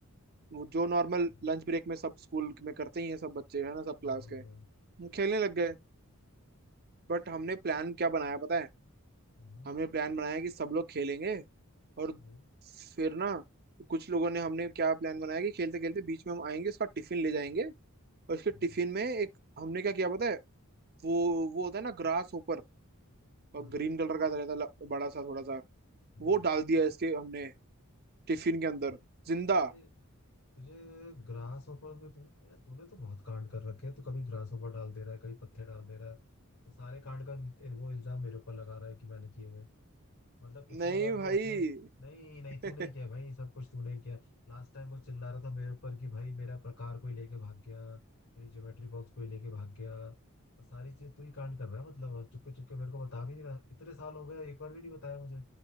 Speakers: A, on the right; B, on the left.
A: वो जो नॉर्मल
B: हम्म,
A: लंच ब्रेक में सब स्कूल में करते ही हैं सब बच्चे है ना सब क्लास
B: हाँ हाँ
A: के हम
B: हाँ
A: खेलने लग गए बट हमने प्लान क्या बनाया पता है
B: हाँ,
A: हमने प्लान बनाया कि सब लोग खेलेंगे और
B: हाँ,
A: फिर ना कुछ लोगों ने हमने क्या प्लान बनाया कि खेलते खेलते बीच में हम आएंगे उसका टिफिन ले जाएंगे और उसके टिफिन
B: हाँ,
A: में एक हमने क्या किया पता है वो वो होता है ना ग्रास ऊपर और
B: हाँ,
A: ग्रीन कलर का रहता है ल- बड़ा सा थोड़ा सा
B: हाँ।
A: वो डाल दिया इसके हमने टिफिन के अंदर जिंदा
B: अरे तुझे ग्रास हॉपर पे तू यार तूने तो बहुत कांड कर रखे हैं तू कभी ग्रास हॉपर डाल दे रहा है कभी पत्ते डाल दे रहा है और सारे कांड का वो इल्जाम मेरे ऊपर लगा रहा है कि मैंने किए हुए मतलब पिछली
A: नहीं
B: बार
A: भाई
B: जो उसने नहीं नहीं
A: <laughs>
B: तू नहीं किया भाई सब कुछ तू नहीं किया लास्ट टाइम वो चिल्ला रहा था मेरे ऊपर कि भाई मेरा प्रकार कोई लेके भाग गया मेरी ज्योमेट्री बॉक्स कोई लेके भाग गया और सारी चीज तू ही कांड कर रहा है मतलब और चुपके चुपके मेरे को बता भी नहीं रहा इतने साल हो गए एक बार भी नहीं बताया मुझे